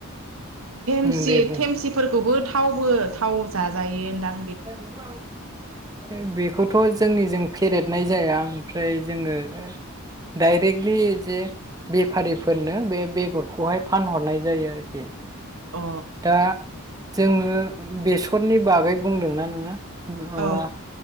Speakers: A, on the right (about 70°); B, on the right (about 15°).
A: थेमसि
B: उम दे बुं
A: थेमसिफोर खौबो थावबो थाव जाजायोन दां।
B: <unintelligible> बेखौथ' जोंनिजों फेरेदनाय जाया ओमफ्राय जोङो डायरेक्टलि जे बेफारिफोरनो बे बेगरखौहाय फानहरनाय जायो आरोखि
A: अ
B: दा जोङो बेसरनि बागै बुंदोंना नोङा। माबा
A: औ